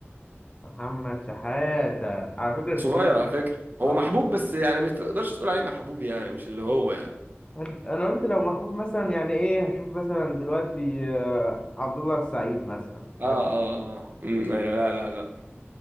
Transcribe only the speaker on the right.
صغير
على فكرة هو
محبوب بس يعني ما تقدرش تقول عليه محبوب يعني مش اللي هو يعني
اه اه اه أمم، ايوه لا لا لا